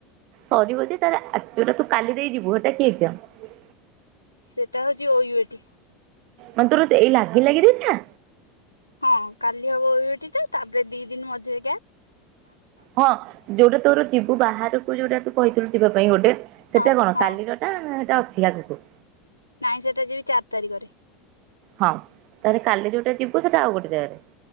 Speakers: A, on the right; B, on the left.
A: ସରିବଯେ ତାଲେ ତୋଟା ତୁ କାଲି ଦେଇ ଯିବୁ ହେଟା କି ଏକ୍ଜାମ୍?
B: ସେଟା ହଉଚି ଓ ୟୁ ଏ ଟି।
A: ମାନେ ତୋର ଏଇ ଲାଗି ଲାଗି ଦି ଟା?
B: ହଁ କାଲି ହବ ଓ ୟୁ ଏ ଟି ଟା ତାପରେ ଦି ଦିନ ମଝିରେ ଗ୍ୟାପ।
A: ହଁ ଯଉଟା ତୋର ଯିବୁ ବାହାରକୁ ଯୋଉଟା ତୁ କହିଥିଲୁ ଯିବା ପାଇଁ ଗୋଟେ ସେଟା
B: ହଁ
A: କଣ
B: ହଁ
A: କାଲିରଟା? ସେଇଟା ଅଛି ଆଗକୁ।
B: ନାଇଁ ସେଟା ଯିବି ଚାରି ତାରିଖରେ।
A: ହଁ ତାହେଲେ କାଲି ଯୋଉଟା ଯିବୁ ସେଟା ଆଉ ଗୋଟେ ଜାଗାରେ।